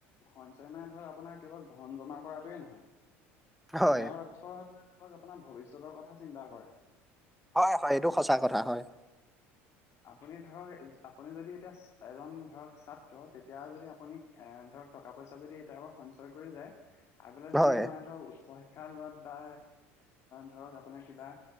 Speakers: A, on the left; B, in the centre.
A: সঞ্চয় মানে ধৰ আপোনাৰ কেৱল ধন জমা কৰাটোৱে নহয়
B: হয়,
A: ইয়াৰ অৰ্থ। <unintelligible> আপোনাৰ ভৱিষ্যতৰ কথা চিন্তা কৰা।
B: হয়। হয়। এইটো সঁচা কথা হয়।
A: আপুনি ধৰক আপুনি যদি এতিয়া এজন ধৰক ছাত্ৰ তেতিয়া যদি আপুনি ধৰক। টকা পইচা যদি এতিয়াৰ পৰা সঞ্চয় কৰি যায় আগলে
B: হয়।
A: যি মানে ধৰক উচ্চ শিক্ষা লোৱাত বা। ধৰক আপোনাৰ কিবা